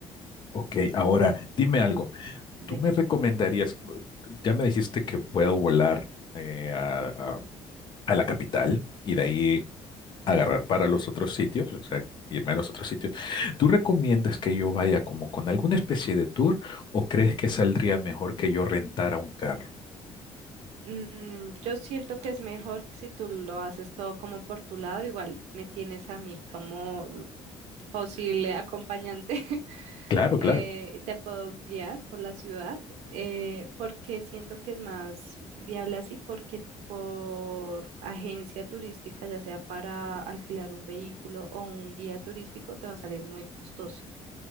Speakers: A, on the left (about 45°); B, on the right (about 85°).
A: Ok, ahora dime
B: Ta-
A: algo.
B: de-
A: ¿Tú me recomendarías, ya me dijiste que puedo volar eh, a, a- a la capital y de ahí agarrar para los otros sitios, o sea, irme a los otros sitios. ¿Tú recomiendas que yo vaya como con alguna especie de tour o crees que saldría mejor que yo rentara un carro?
B: Mm, yo siento que es mejor si tú lo haces todo como por tu lado, igual me tienes a mí como posible acompañante. <laughs>
A: Claro,
B: eh,
A: claro.
B: te puedo guiar por la ciudad, eh, porque siento que es más viable así, porque por agencia turística, ya sea para alquilar un vehículo o un guía turístico, te va a salir muy costoso.